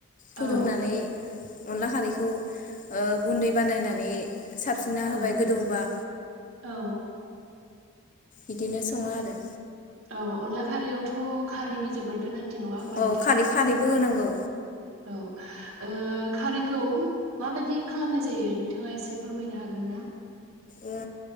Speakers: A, on the left; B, on the right.
A: फुदुंनानै
B: औ
A: अनला खारैखौ ओ गुन्दै बानायनानै साबसिनना
B: औ
A: होबाय गोदौबा।
B: औ ओ
A: बिदिनो सङो आरो
B: औ अनला खारैयावथ' खारैनि जोबोर गोनां थि नङा होमबा
A: औ
B: नोंथां।
A: खारै खारैबो होनांगौ
B: औ ओ खारैखौ माबायदि खालामनाय जायो नोंथाङा एसे फोरमायनो हागोन ना?
A: ओ